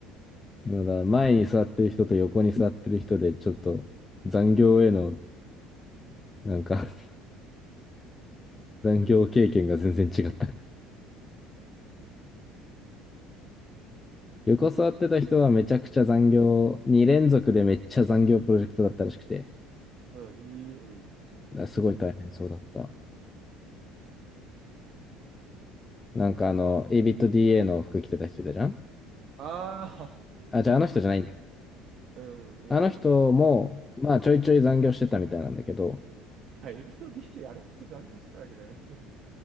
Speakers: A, on the left; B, on the right.
A: <laughs> 今だ、前に座ってる人と横に座ってる人で、ちょっと残業への、なんか <laughs> 残業経験が全然違った。横座ってた人はめちゃくちゃ残業、2連続でめっちゃ残業プロジェクトだったらしくて、
B: はい、いい、うん。
A: すごい大変そうだった。なんかあの、エイビット DA の服着てた人いたじゃん
B: ああ、
A: あ、じゃああの人じゃないんだ。
B: うん、おもろいね。
A: あの人も、まあちょいちょい残業してたみたいなんだけど、
B: あ、エビと D であれ聞いてたあれかしてたわけだね。<laughs>